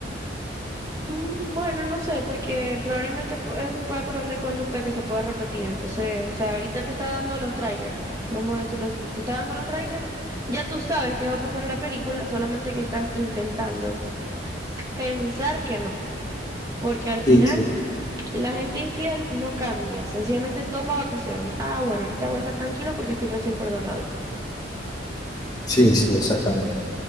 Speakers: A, on the right; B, on the left.
A: Mm, Bueno, no sé, porque probablemente pu- es un patrón de conducta que se pueda repetir. Entonces, o sea, ahorita te está dando los trailers, vamos a decirlo así. Te está dando los trailers, ya tú sabes qué va a pasar en la película, solamente que estás intentando pensar que no. Porque al final
B: Sí, sí,
A: la gente infiel no cambia, sencillamente toma vacaciones. Ah, bueno, ahorita voy a estar tranquilo porque estoy recién perdonado.
B: sí, sí, exactamente.